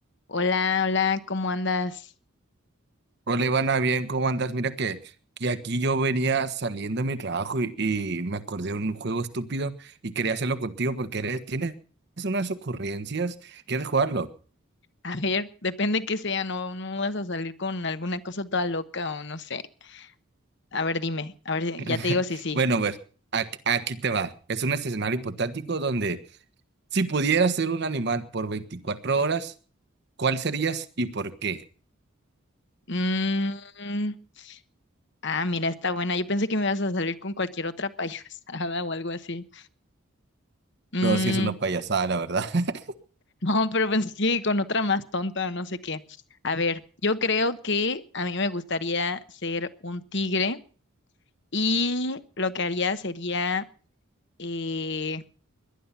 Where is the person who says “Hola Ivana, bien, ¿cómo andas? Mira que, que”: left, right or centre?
Right